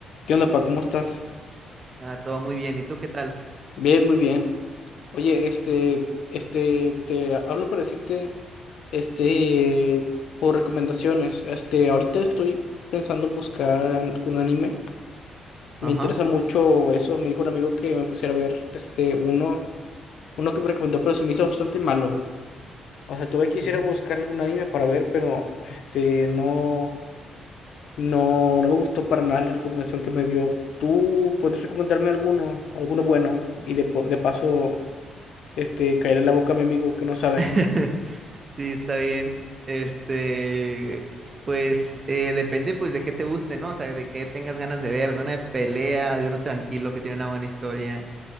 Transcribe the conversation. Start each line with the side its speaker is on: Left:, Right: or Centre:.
Left: ¿Qué onda, pa? ¿Cómo estás?
Right: Ah, todo muy bien. ¿Y tú qué tal?
Left: Bien, muy bien. Oye, este, este, te hablo para decirte, este, por recomendaciones. Este, ahorita estoy pensando en buscar algún anime. Me
Right: Ajá,
Left: interesa mucho eso. Me dijo un amigo que me pusiera a ver, este, uno, uno que me recomendó, pero se me hizo bastante malo. O sea, todavía quisiera
Right: sí.
Left: buscar algún anime para ver, pero, este, no, no, no me gustó para nada la recomendación que me dio. ¿Tú podrías recomendarme alguno, alguno bueno? Y de, por- de paso... este, caer en la boca a mi amigo que no sabe.
Right: <laughs> Sí, está bien. Este, pues eh, depende pues de qué te guste, ¿no? O sea, de qué tengas ganas de ver, de una de pelea, de uno tranquilo que tiene una buena historia.